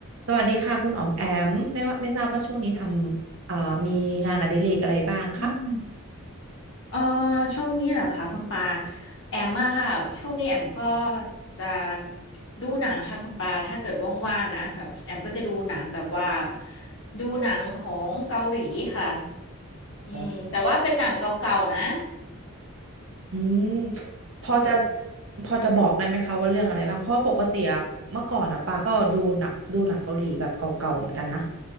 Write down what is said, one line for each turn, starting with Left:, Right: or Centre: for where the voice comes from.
Right: สวัสดีค่ะคุณอ๋อมแอมไม่ว่าไม่ทราบว่าช่วงนี้ทำเอ่อมีงานอดิเรกอะไรบ้างคะ
Left: อืมเอ่อช่วงนี้เหรอคะคุณปาแอมมาค่ะช่วงนี้แอมก็จะดูหนังค่ะคุณปาถ้าเกิดว่างๆนะแบบแอมก็จะดูหนังแบบว่าดูหนังของเกาหลีค่ะอืมแต่ว่าเป็นหนังเก่าๆนะ
Right: อ๋ออืมพอจะ
Left: อืม
Right: พอจะบอกได้ไหมคะว่าเรื่องอะไรบ้างเพราะว่าปกติอะเมื่อก่อนอะปาก็ดูหนักดูหนังเกาหลีแบบเก่าๆเหมือนกันนะ